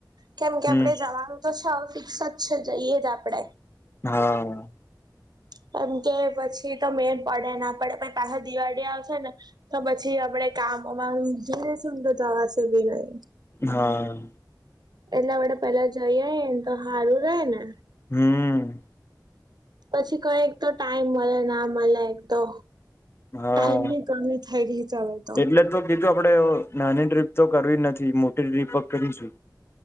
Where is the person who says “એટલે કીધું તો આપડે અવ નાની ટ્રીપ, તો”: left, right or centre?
Left